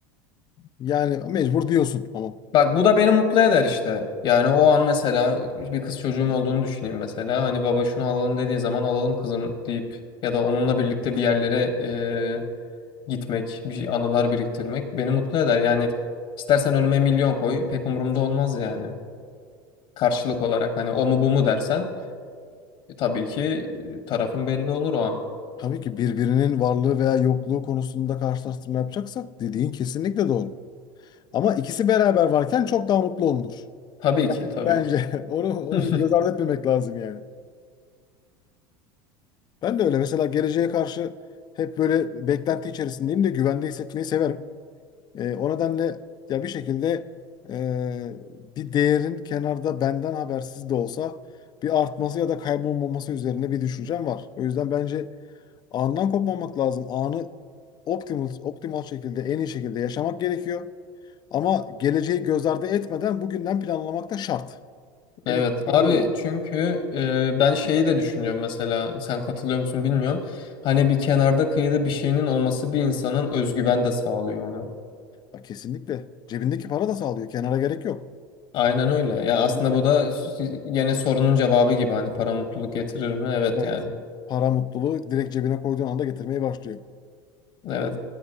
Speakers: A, on the left; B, on the left.
A: Yani mecbur diyorsun ama.
B: Bak bu da beni mutlu eder işte. Yani o an mesela bir kız çocuğum olduğunu düşüneyim mesela hani baba şunu alalım dediği zaman alalım kızım deyip ya da onunla birlikte bir yerlere gitmek, bir şey, anılar biriktirmek beni mutlu eder. Yani istersen önüme milyon koy, pek umurumda olmaz yani. Karşılık olarak hani o mu bu mu dersen e, tabii ki e, tarafın belli olur o an.
A: Tabii ki birbirinin varlığı veya yokluğu konusunda karşılaştırma yapacaksak dediğin kesinlikle doğru. Ama ikisi beraber varken çok daha mutlu olunur.
B: Tabii ki, tabii
A: Bence
B: ki.
A: <laughs> onu onu
B: <laughs>
A: göz ardı etmemek lazım yani. Ben de öyle mesela geleceğe karşı hep böyle beklenti içerisindeyim de güvende hissetmeyi severim. Ee, o nedenle ya bir şekilde e, bir değerin kenarda benden habersiz de olsa bir artması ya da kaybolmaması üzerine bir düşüncem var. O yüzden bence Andan kopmamak lazım. Anı optimal, optimal şekilde, en iyi şekilde yaşamak gerekiyor. Ama geleceği göz ardı etmeden bugünden planlamak da şart.
B: Evet
A: Benim fikrim
B: abi
A: bu yönde.
B: çünkü e, ben şeyi de düşünüyorum mesela sen katılıyor musun bilmiyorum. Hani bir kenarda kıyıda bir şeyinin olması bir insanın özgüven de sağlıyor ona.
A: Ha, kesinlikle. Cebindeki para da sağlıyor. Kenara gerek yok.
B: Aynen öyle. Ya aslında
A: Cebinde.
B: bu da s- gene sorunun cevabı gibi hani para mutluluk getirir mi? Evet
A: Evet.
B: yani.
A: Para mutluluğu direkt cebine koyduğun anda getirmeye başlıyor.
B: Evet.